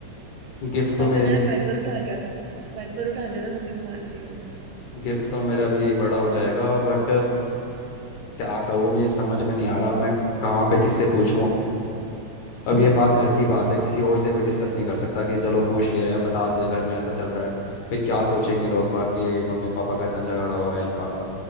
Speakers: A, on the left; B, on the right.
A: गिफ्ट तो
B: पापा
A: मेरे
B: ने
A: लिए
B: आज वाइपर उठा गया था वाइपर उठा लिया था मम्मी को मारने के लिए
A: गिफ्ट तो मेरा भी यही बड़ा हो जाएगा बट क्या करूँ मुझे समझ में नहीं आ रहा मैं कहाँ पे किससे पूछूं अब अब ये बात घर की बात है किसी और से भी डिस्कस नहीं कर सकता कि चलो पूछ लिया या बता दिया घर में ऐसा चल रहा है फिर क्या सोचेंगे लोग बाकी मम्मी पापा का इतना झगड़ा हो रहा है इनका